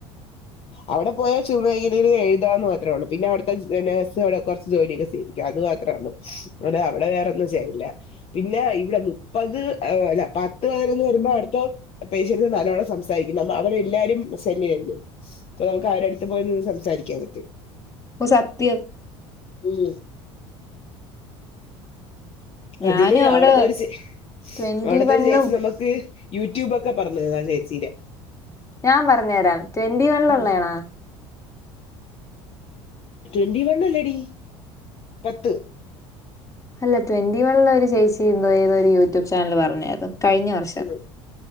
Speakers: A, on the left (about 45°); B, on the left (about 20°).
A: അവിടെ പോയാ ചുമ ങ്ങനെര്ന്ന് എഴുതാന്ന് മാത്രേള്ളൂ പിന്നെ അവിടുത്തെ നേഴ്സ് അവിടെ കുറച്ച് ജോലിയൊക്കെ സേവപ്പിക്കും അത് മാത്രണു അത അവിടെ വേറൊന്നും ചെയ്യില്ല. പിന്നെ ഇവിടെ മുപ്പത് അല്ല പത്ത് പതിനൊന്ന് വരുമ്പോ അവിടത്ത പേഷ്യൻസ് നല്ലോണം സംസാരിക്കണം അവരെ എല്ലാരും. <unintelligible> അപ്പൊ നമുക്ക് ആരുടെ അടുത്ത് പോയി നിന്ന് സംസാരിക്കാൻ പറ്റും.
B: സത്യം
A: ഉം
B: ഞാനും
A: അതില്
B: അവിടെ
A: അവിടത്തെ ഒരു ച
B: ട്വന്റി
A: അവിടത്തെ
B: വണ്ണും
A: ഒരു ചേച്ചി നമുക്ക് യൂട്യൂബോക്കെ പറഞ്ഞു ആ ചേച്ചീടെ
B: ഞാൻ പറഞ്ഞുതരാം ട്വന്റി വണ്ലുള്ളതണോ?
A: ഉം ട്വന്റി വൺ അല്ലെടി പത്ത്
B: അല്ല ട്വന്റി വണ ഒരു ചേച്ചി ഏതൊ ഒരു യൂട്യൂബ് ചാനൽ പറഞ്ഞാരുന്നു കഴിഞ്ഞ വർഷം
A: ഉം